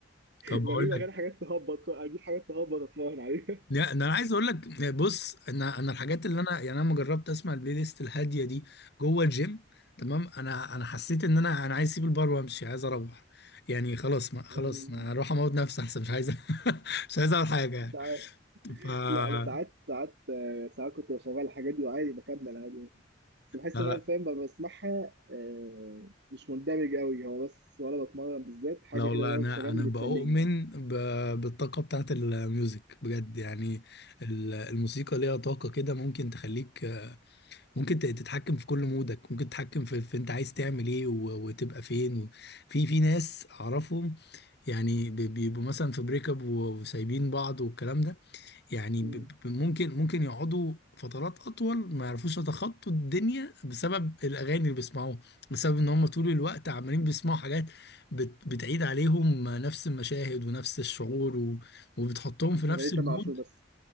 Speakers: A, on the left (about 60°); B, on the right (about 60°).
A: طب بقول
B: بجيب اغاني
A: لك
B: حاجات تهبط اجيب حاجات تهبط اتمرن عليها <laughs>
A: لا، ده انا عايز اقول لك بص انا انا الحاجات اللي انا يعني انا لما جربت اسمع البلاي ليست الهاديه دي جوه الجيم تمام انا انا حسيت ان انا انا عايز اسيب البار وامشي عايز اروح يعني خلاص ما خلاص
B: يعني
A: انا هروح اموت نفسي احسن مش عايز <laughs> مش عايز اعمل حاجه يعني
B: مش عارف
A: ف لا
B: لا انا ساعات ساعات آه، ساعات كنت بشغل الحاجات دي وعادي بكمل عادي يعني. بس بحس
A: لا
B: ان انا فاهم ببقى بسمعها آه، مش مندمج قوي هو بس وانا بتمرن بالذات حاجه
A: لا والله
B: كده دوشه
A: انا
B: جنبي
A: انا بؤمن
B: بتسليني
A: ب... بالطاقه بتاعت الميوزك بجد يعني ال- الموسيقى ليها طاقه كده ممكن تخليك ممكن ت- تتحكم في كل مودك ممكن تتحكم في, في انت عايز تعمل ايه و- وتبقى فين و... في في ناس اعرفهم يعني ب- بيبقوا مثلا في بريك اب و- وسايبين بعض والكلام ده يعني
B: مم.
A: ب- ب- ممكن ممكن يقعدوا فترات اطول ما يعرفوش يتخطوا الدنيا بسبب الاغاني اللي بيسمعوها بسبب ان هم طول الوقت عمالين بيسمعوا حاجات بت... بتعيد عليهم نفس المشاهد ونفس الشعور و... وبتحطهم في
B: شغالين
A: نفس المود
B: تامر عاشور بس